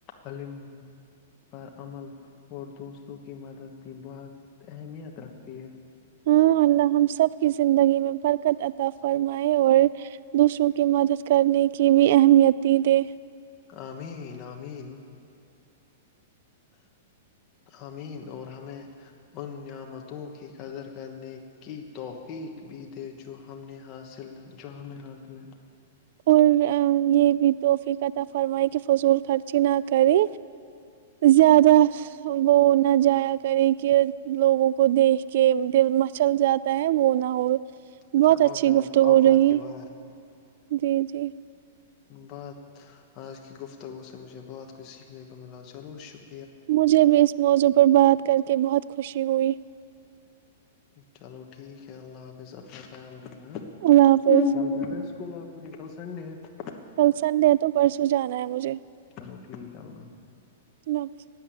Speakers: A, on the left (about 30°); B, on the right (about 60°).
A: علم پر عمل اور دوسروں کی مدد بھی بہت اہمیت رکھتی ہے
B: ہاں اللہ ہم سب کی زندگی میں برکت عطا فرمائے اور دوسروں کی مدد کرنے کی بھی اہمیتی دے
A: امین امین امین اور ہمیں ان نعمتوں کی قدر کرنے کی توفیق بھی دے جو ہم نے حاصل جو ہمیں حاصل ہے
B: اور یہ بھی توحفیقت فرمائی کہ فضول خرچی نہ کرے زیادہ وہ نہ جایا کرے کہ لوگوں کو دیکھ کے دل مچل جاتا ہے وہ نہ ہو
A: اچھا
B: بہت اچھی
A: اوقات
B: گفتگو
A: اوقات
B: رہی
A: کے باہر <unintelligible>
B: جی جی <unintelligible>
A: بات آج کی گفتگو سے مجھے بہات کچھ سیکھنے کو ملا چلو شکرہ <unintelligible>
B: مجھے بھی اس موضوع پر بات کر کے بہت خوشی ہوئی <unintelligible>
A: چلو ٹھیک ہے اللہ حافظ اپنا خیال <unintelligible>
B: اللہ حافظ
A: چال ج <inaudible> اسکول آپ کل سنڈے <unintelligible>
B: کل سنڈے تو پرسوں جانا ہے مجھے <unintelligible>
A: چلو ٹھیک ہے اللہ حافظ <unintelligible>
B: نم <inaudible>